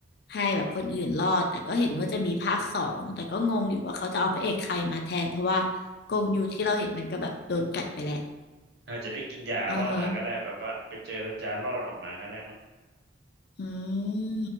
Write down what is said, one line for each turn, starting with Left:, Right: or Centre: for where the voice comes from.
Left: ให้แบบคนอื่นรอดแต่ก็เห็นว่าจะมีภาคสองแต่ก็งงอยู่ว่าเขาจะเอาพระเอกใครมาแทนเพราะว่า
Right: อืม
Left: กงยูที่เราเห็นมันก็แบบโดนกัดไปแล้ว
Right: อาจจะได้กินยารอดมาก็ได้แบบว่าไปเจอแล้วยารอดออกมาก็ได้มั้ง
Left: อือฮะ อืม